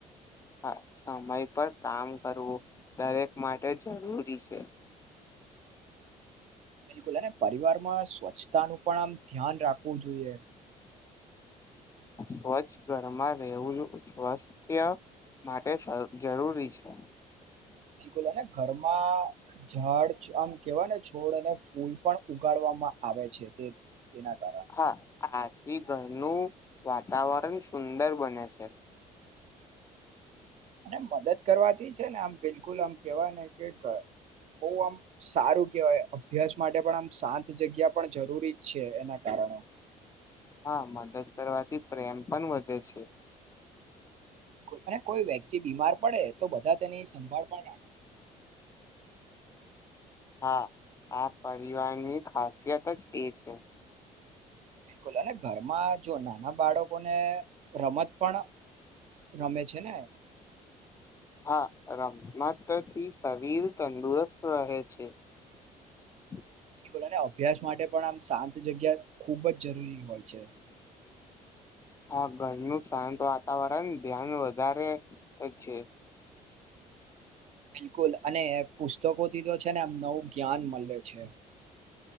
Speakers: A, on the left; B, on the right.
A: હા સમય પર કામ કરવું દરેક માટે જરૂરી છે
B: બિલકુલ અને પરિવારમાં સ્વચ્છતાનુંું પણ આમ ધ્યાન રાખવું જોઈએ
A: સ્વચ્છ ઘરમાં રહેવું જો સ્વસ્થ માટે જરૂરી છે
B: બિલકુલ અને ઘરમાં જડ આમ કેવાય ને છોડ અને ફૂલ પણ ઉગાડવા આવે છે તેના કારણે
A: હા આજથી ઘરનું વાતાવરણ સુંદર બને છે
B: અને મદદ કરવાથી છે ને આમ બિલકુલ આમ કેવા ને કે બહ આમ સારું કેહેવાય અભ્યાસ માટે પણ આમ શાંત જગ્યા પણ જરૂરી જ છે એના કારણે <unintelligible>
A: હા મદદ કરવાથી પ્રેમ પણ વધે છે
B: બિલકુલ અને કોઈ વ્યક્તિ બીમાર પડે તો બધા તેની સંભાળ પણ રાખે
A: હા આ પરિવારની ખાસિયત જ એ છે
B: બિલકુલ અને ઘરમાં જો નાના બાળકોને રમત પણ રમે છે ને
A: હા રમમાતથી શરીર તંદુરસ્ત રહે છે <unintelligible>
B: અને અભ્યાસ માટે પણ આમ શાંત જગ્યા ખૂબ જ જરૂરી હોય છે
A: હા ઘરનું શાંત વાતાવરણ ધ્યાન વધારે છે
B: બિલકુલ અને પુસ્તકોથી તો છે ને આમ નવું જ્ઞાન મળે છે